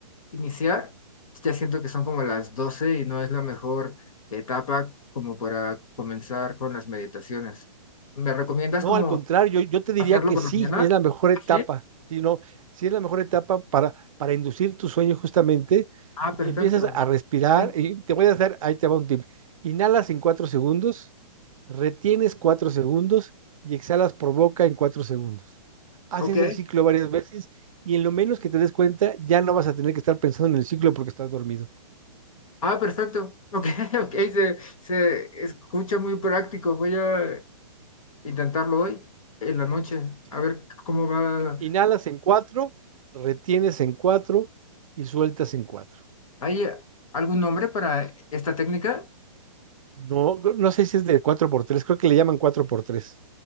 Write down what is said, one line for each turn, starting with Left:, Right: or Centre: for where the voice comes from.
Left: iniciar, ya siento que son como las 12 y no es la mejor etapa como para comenzar con las meditaciones. ¿Me recomiendas
Right: No,
Left: como
Right: al contrario, yo, yo te diría
Left: hacerlo
Right: que
Left: por
Right: sí,
Left: la mañana?
Right: es la mejor etapa,
Left: Ah, Sí.
Right: sino sí es la mejor etapa para, para inducir tu sueño justamente
Left: Ah, perfecto.
Right: y empiezas a respirar.
Left: Ok.
Right: Y te voy a hacer, ahí te va un tip. Inhalas en cuatro segundos, retienes cuatro segundos y exhalas por boca en cuatro segundos. Haces
Left: ok.
Right: el ciclo varias veces y en lo menos que te des cuenta ya no vas a tener que estar pensando en el ciclo porque estás dormido.
Left: Ah, perfecto. Ok, <laughs> ok. Se, se escucha muy práctico. Voy a intentarlo hoy en la noche,
Right: ¿sí?
Left: a ver cómo va
Right: Inhalas en cuatro, retienes en cuatro y sueltas en cuatro.
Left: ¿Hay eh, algún nombre para esta técnica?
Right: No, no sé si es de cuatro por tres, creo que le llaman cuatro por tres,